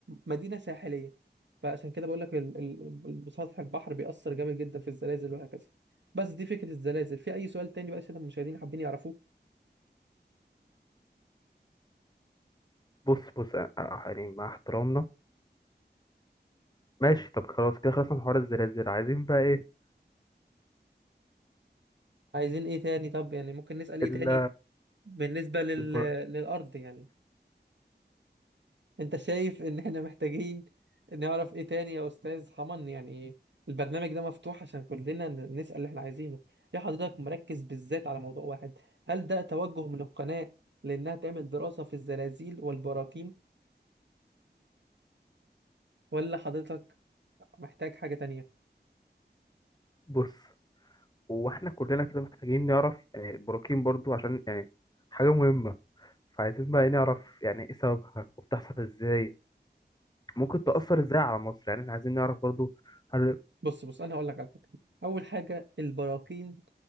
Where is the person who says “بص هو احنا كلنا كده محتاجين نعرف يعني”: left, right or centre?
Left